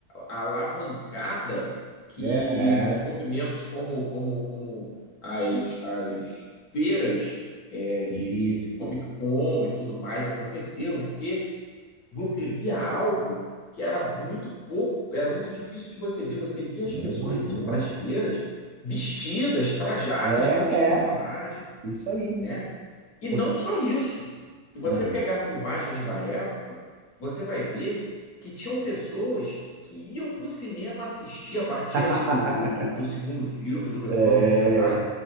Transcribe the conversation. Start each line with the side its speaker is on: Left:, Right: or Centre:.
Left: a alavancada que
Right: É, é,
Left: os movimentos como, como, como as, as feiras é, de,
Right: isso,
Left: de, de Comic Con e tudo mais aconteceram, porque você via algo que era muito pouco, era muito difícil de você ver. Você via
Right: muito,
Left: as pessoas indo
Right: muito.
Left: para as feiras vestidas, trajadas
Right: É,
Left: como os
Right: é,
Left: personagens,
Right: isso aí.
Left: né? E não
Right: Você-
Left: só isso. Se você
Right: ah,
Left: pegar filmagens da época, você vai ver que tinham pessoas que iam para o cinema assistir a partir
Right: <laughs>
Left: ali do, do, do, do segundo filme, do Retorno
Right: É.
Left: de Jedi.